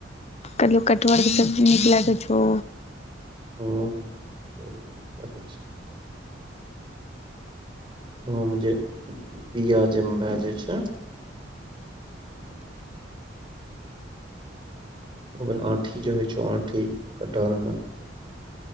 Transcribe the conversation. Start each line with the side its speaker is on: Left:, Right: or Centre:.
Left: कहलियौ कटहरके सब्जी नीक लागै छौ?
Right: ह्म बहुत नीक लागै छै। ओहोमे जे बिया जेन धअ दै छै। ओकर आठी जे होइ छै आठी कटहल मे।